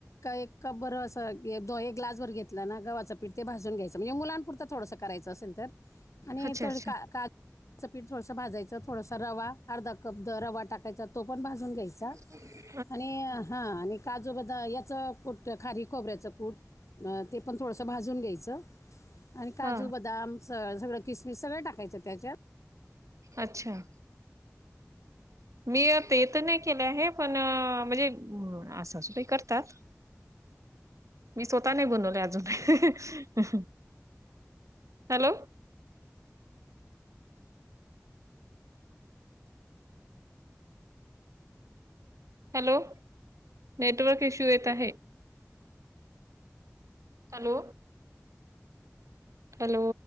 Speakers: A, on the left (about 70°); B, on the right (about 75°).
A: एक कप बरं अस द एक ग्लास भर घेतला ना गव्हाच पीठ ते भाजून घ्यायच. म्हणजे मुलांपुरत थोडस करायच असेल तर, आणि
B: अच्छा
A: थोडे
B: अच्छा
A: का का पीठ थोडं भाजायचं. थोडसा रवा. अर्धा कप द रवा टाकायचा. तो पण भाजून घ्यायचा.
B: <unintelligible>
A: आणि हा आणि काजू बदा याच कूट खारीक खोबऱ्याचं कूट ते पण थोडस भाजून घ्यायच. आणि काजू,
B: हा
A: बदाम स सगळं किसमिस सगळं टाकायचं त्याच्यात.
B: अच्छा मी ते तर नाही केले आहे. पण म्हणजे अ सासुबाई करतात. मी स्वतः नाही बनवले अजून. हॅलो हॅलो नेटवर्क इश्यू येत आहे. Hello hello